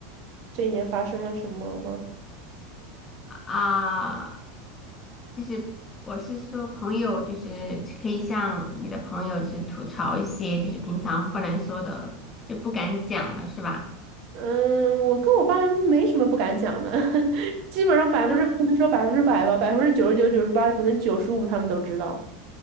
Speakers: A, on the right; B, on the left.
A: 这一年发生了什么吗？
B: 啊、就是我是说朋友，就是可以向你的朋友就是吐槽一些就是平常不能说的，就不敢讲了，是吧？
A: 嗯，我跟我爸没什么不敢讲的，<laughs> 基本上百分之不能说百分之百吧，
B: 嗯，
A: 百分之九十九、九十八，可能九十五他们都知道。